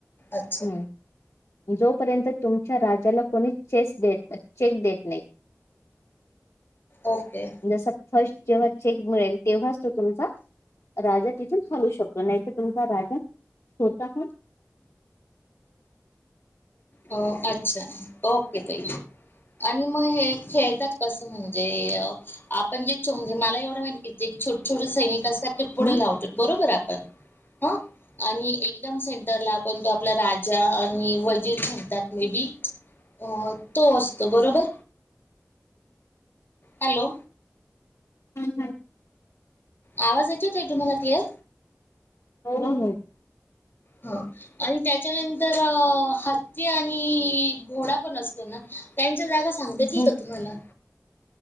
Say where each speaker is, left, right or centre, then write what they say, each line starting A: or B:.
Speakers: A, on the left; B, on the left.
A: अच्छा
B: हम्म जोपर्यंत तुमच्या राजाला कोणी चेस चेक देत नाही.
A: ओके
B: जसं फर्स्ट. जेव्हा चेक मिळेल तेव्हाच तो तुमचा राजा तिथून हालू शकतो. नाही तर तुमचा राजा स्वता.
A: हो. अच्छा ओके ताई आणि मग हे खेळतात कसं म्हणजे आपण जे मला एवढं माहिती की छोटे छोटे सैनिक अस तर ते
B: क्या?
A: पुढे लावतो बरोबर आपण. मग, आणि एकदम सेंटरला आपण तो आपला राजा आणि वजीर दॅट मे बी अ तो असतो बरोबर हॅलो.
B: हम्म हम्म.
A: आवाज येतोय ताई तुम्हाला क्लियर.
B: हो हो.
A: हा आणि त्याच्यानंतर हत्ती आणि घोडा पण असतो ना त्यांच्या जागा सांगता येईल
B: हं.
A: का तुम्हाला.